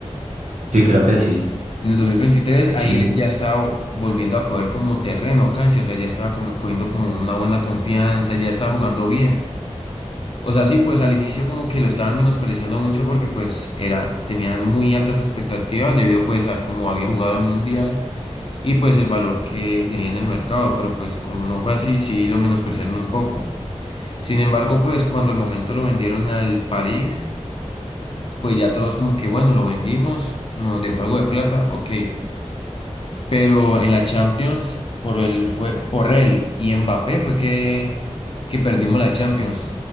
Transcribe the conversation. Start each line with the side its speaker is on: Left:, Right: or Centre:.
Right: Sí, creo que sí.
Left: En el 2023 ahí
Right: Sí, sí.
Left: él ya estaba volviendo a coger como terreno, cancha, o sea, ya estaba como, cogiendo como una buena confianza, ya estaba jugando bien. O sea, sí, pues al inicio como que lo estaban menospreciando mucho porque pues era, tenían muy altas expectativas debido pues a cómo había jugado el Mundial y pues el valor que tenía en el mercado, pero pues como no fue así, sí lo menospreciaron un poco. Sin embargo, pues cuando al momento lo vendieron al París, pues ya todos como que bueno, lo vendimos, nos dejó algo de plata, ok. Pero en la Champions, por él fue, por él y Mbappé fue que, que perdimos la Champions.